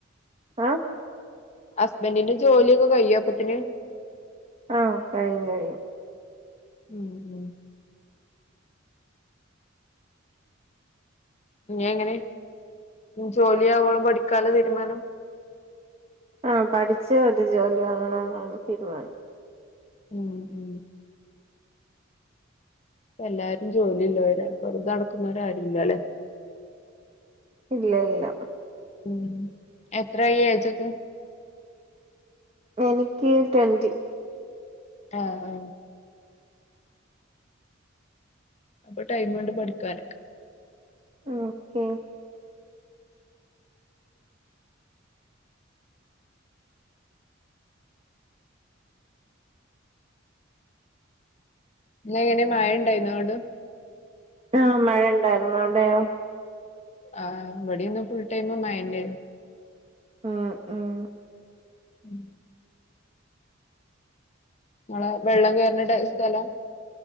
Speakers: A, on the right (about 30°); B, on the left (about 35°).
A: ആ
B: ഹസ്ബൻ്റിന്റെ ജോലിയൊക്കെ കയ്യോപ്പത്തിന്
A: ആകഴിയും കഴിയും
B: ഉം ഉം ഞ എങ്ങനെ ജോലിയാവോളം പഠിക്കാല തീരുമാനം
A: ആഹ് പഠിച്ച് ഒരു ജോലി വാങ്ങണംന്നാണ് തീരുമാനം
B: ഉം ഉം പ്പഎല്ലാരും ജോലി ഇല്ലോരാ വെറുതെ നടക്കുന്നവര് ആരുല്ലല്ലെ
A: ഇല്ല ഇല്ല
B: ഉം എത്രായി ഏജൊക്കെ
A: എനിക്ക് ട്വന്റി
B: ആഹ് ആഹ് അപ്പൊ ടൈമുണ്ട് പഠിക്കാനൊക്കെ
A: ഓക്കെ
B: ഇന്ന് എങ്ങനെ മഴ ഇണ്ടായിനോ അങ്ങട്
A: ആഹ് മഴ ഇണ്ടായിരുന്നു അവിടെയോ
B: ആഹ് ഇവിടിന്ന് ഫുൾ ടൈമ് മയ ന്നെയിരുന്നു
A: ആഹ് ആഹ്
B: ഉം ഇങ്ങളെ വെള്ളം കേറണ ടൈ സ്ഥലാ